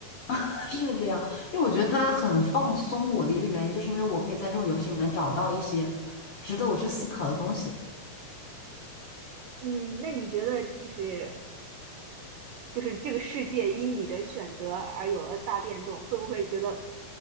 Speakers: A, on the left; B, on the right.
A: <laughs> 是这样。因为我觉得它很放松我的一个原因，就是因为我可以在这种游戏里面找到一些值得我去思考的东西。
B: 嗯，那你觉得就是就是这个世界因你的选择而有了大变动，会不会觉得